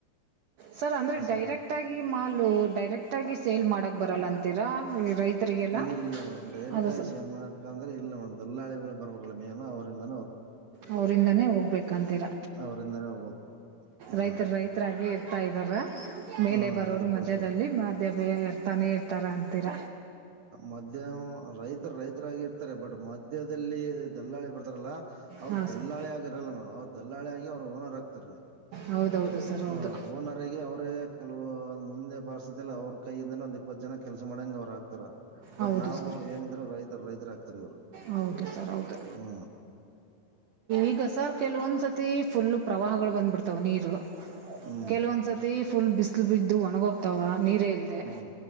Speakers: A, on the right (about 85°); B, on the right (about 60°).
A: ಸರ್ ಅಂದ್ರೆ ಡೈರೆಕ್ಟ್
B: ಅಲ್ಲ
A: ಆಗಿ ಮಾಲ್ ಡೈರೆಕ್ಟ್ ಟ್ಟಾಗಿ ಸೇಲ್ ಮಾಡಕ್ ಬರಲ್ಲ ಅಂತೀರಾ ಈ ರೈತರಿಗೆಲ್ಲ
B: ಇಲ್ಲ ಮೇಡಮ್ ಡೈರೆಕ್ಟ್
A: ಅದು
B: ಆಗಿ
A: ಸ
B: ಸೇಲ್ ಮಾಡಕ್ ಅಂದ್ರೆ ಇಲ್ಲ ಮೇಡಮ್ ದಲ್ಲಾಳಿಗಳು ಬರಬೇಕಲ್ಲ ಮೇನು ಅವರಿಂದನು
A: ಅವ್ರಿಂದಾನೇ ಹೋಗ್ಬೇಕಂತೀರ
B: ಅವರಿಂದಾನೇ ಹೋಗ್ಬೇಕು ಹ್ಮ್
A: ರೈತರ್ ರೈತರಾಗೆ ತೈದ್ದಾರಾ ಮೇಲೆ
B: ಹಾ
A: ಬರೋರು
B: ಅದಕ್ಕೋಸ್ಕರ
A: ಮಧ್ಯದಲ್ಲಿ ಮಾಧ್ಯವೇ ಇರ್ತಾನೇ ಇರ್ತಾರ ಅಂತೀರ.
B: ಮಧ್ಯ ರೈತ ರೈತರಾಗಿ ಇರ್ತಾರೆ ಬಟ್ ಮಧ್ಯದಲ್ಲಿ ದಲ್ಲಾಳಿ ಬರ್ತಾರಲ್ಲ ಅವ್ರ್
A: ಹಾಂ
B: ದಲ್ಲಾಳಿ
A: ಸರ್
B: ಆಗಿರಲ್ಲ ಮೇಡಮ್ ಅವ್ರ್ ದಲ್ಲಾಳಿ ಆಗೇ ಅವರು ಓನರ್ ಆಗ್ತಾರೆ
A: ಹೌದೌದು ಸರ್
B: ಹಾ
A: ಹೌದು
B: ಓನರ್ ಆಗಿ ಅವರೇ ಕೆಲವು ಒ ಮುಂದೆ ಪರಿಸ್ಥಿತಿ ಇಲ್ಲ ಅವ್ರ ಕೈಯಿಂದನೂ ಒಂದ ಇಪ್ಪತ್ತ ಜನ ಕೆಲ್ಸ ಮಾಡಂಗ ಅವ್ರ ಆಗ್ತಾರ. ಬಟ್
A: ಹೌದು
B: ನಾವು
A: ಸರ್
B: ಏನಿದ್ರ ರೈತರ ರೈತರ ಆಗ್ತಾರ ಇವ್ರ
A: ಹೌದು ಸರ್ ಹೌದು
B: ಹ್ಮ.
A: ಈಗ ಸರ್ ಕೆಲ ಒಂದ್ಸತಿ. ಫುಲ್ಲು ಪ್ರವಾಹಗಳು ಬಂದ್ಬಿಡ್ತಾವ ನೀರು
B: ಹ್ಮ್
A: ಕೆಲವೊಂದ್ಸತಿ ಫುಲ್ ಬಿಸಿಲ ಬಿದ್ದು ಒಣಗ ಹೋಗ್ತಾವ ನೀರೇ ಇಲ್ಲದೆ
B: ಹ್ಮ್